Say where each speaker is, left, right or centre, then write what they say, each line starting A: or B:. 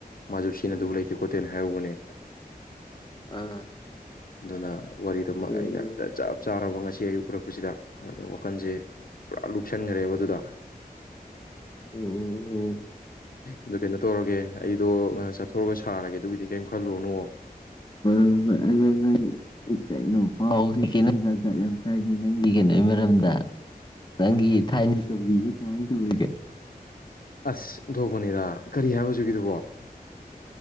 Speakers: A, on the left; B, on the left.
A: ꯃꯥꯁꯨ ꯁꯤꯖꯤꯟꯅꯗꯨꯕ ꯂꯩꯇꯦ ꯈꯣꯠꯇꯦꯅ ꯍꯥꯏꯍꯧꯕꯅꯦ
B: ꯑꯥ-
A: ꯑꯗꯨꯅ ꯋꯥꯔꯤꯗꯨꯃ
B: ꯑꯗꯨꯗꯤ
A: ꯑꯩꯅ ꯇ ꯆꯞ ꯆꯥꯔꯕ ꯉꯁꯤ ꯑꯌꯨꯛ ꯎꯔꯛꯄꯁꯤꯗ ꯑꯗꯨꯅ ꯋꯥꯈꯜꯁꯦ ꯄꯨꯔꯥ ꯂꯨꯞꯁꯟꯒ꯭ꯔꯦꯕ ꯑꯗꯨꯗ
B: ꯎꯝ ꯎꯝ ꯎꯝ-
A: ꯑꯗꯨ ꯀꯩꯅꯣ ꯇꯧꯔꯒꯦ ꯑꯩꯗꯣ ꯉꯥꯏꯍꯥꯛ ꯆꯠꯊꯣꯛꯎꯔꯒ ꯁꯥꯔꯒꯦ ꯑꯗꯨꯒꯤꯗꯤ ꯀꯔꯤꯝ ꯈꯜꯂꯨꯔꯅꯨ
B: ꯍꯣꯏ ꯍꯣꯏ ꯍꯣꯏ ꯑꯗꯨ ꯅꯪ ꯀꯩꯅꯣ ꯄꯥꯎ ꯀꯩ ꯀꯩꯅꯣ ꯖꯥꯠ ꯖꯥꯠ ꯌꯥꯝ ꯇꯥꯏꯅꯦ ꯅꯪꯒꯤ ꯀꯩꯅꯣꯒꯤ ꯃꯔꯝꯗ ꯅꯪꯒꯤ ꯊꯥꯏꯅꯒꯤ ꯇꯧꯝꯕꯤꯗꯣ ꯀꯃꯥꯏ ꯇꯧꯔꯤꯒꯦ
A: ꯑꯁ ꯑꯣꯟꯊꯣꯛꯄꯅꯤꯗ ꯀꯔꯤ ꯍꯥꯏꯕ ꯍꯧꯖꯤꯛ ꯍꯧꯖꯤꯛꯀꯤꯗꯨꯕꯣ